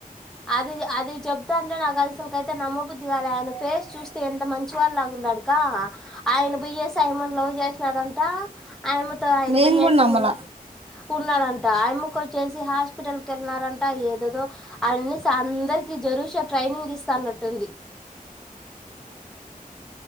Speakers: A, in the centre; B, on the right.
A: అది అది. అది చెబప్తా అంటే నాకు అసలుకైతే నమ్మబుద్ధిగాలి ఆయన ఫేస్ చూస్తే ఎంత మంచి వాళ్ళ లాగా ఉన్నాడుగా. ఆయన బియ్యే సైమంలో చేసినాడంట. అయమ్మతో ఆయన
B: నేను
A: పోయ్యేసి
B: కూడా నమ్మల
A: ఉన్నా ఉన్నాడంట అయమ్మకు వచ్చేసి హాస్పి. హాస్పిటల్ కి వెళ్ళారట ఏదేదో. అన్ని అందరికి జరూష ట్రైనింగ్ ఇస్తానట్టుంది.